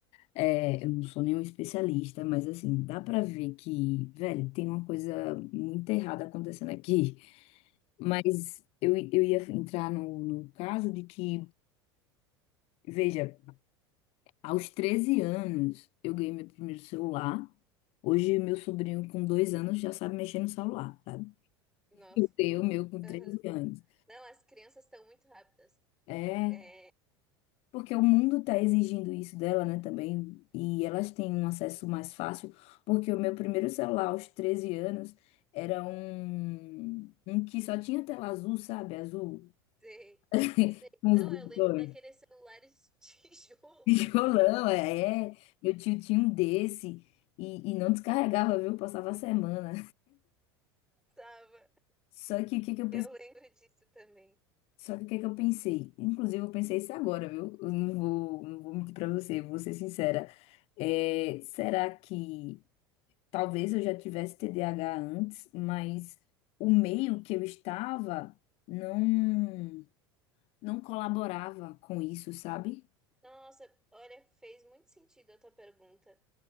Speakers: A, on the left; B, in the centre.
A: É, eu não sou nenhum especialista, mas assim, dá pra ver que, velho, tem uma coisa muito errada acontecendo aqui. Mas eu, eu ia entrar no, no caso de que, veja. Aos 13 anos, eu ganhei meu primeiro celular. Hoje, meu sobrinho com dois anos já sabe mexer no celular, sabe?
B: nossa,
A: Eu, meu, com
B: aham.
A: 13 anos.
B: Não, as crianças estão muito rápidas.
A: É,
B: É,
A: porque o mundo tá exigindo isso dela, né, também. E elas têm um acesso mais fácil, porque o meu primeiro celular aos 13 anos era um, um que só tinha tela azul, sabe? Azul,
B: sei,
A: <laughs>
B: sei.
A: com os
B: Não,
A: botões.
B: eu lembro daqueles celulares de <laughs> tijolo.
A: Tijolão, é. Meu tio tinha um desse. E, e não descarregava, viu? Passava a semana.
B: Tava.
A: Só que o que que eu pensei,
B: Eu lembro disso também.
A: só que o que que eu pensei? Inclusive eu pensei isso agora, viu? Eu não vou, não vou mentir pra você, eu vou ser sincera. É, será que talvez eu já tivesse TDAH antes, mas o meio que eu estava não não colaborava com isso, sabe?
B: Nossa, olha, fez muito sentido a tua pergunta.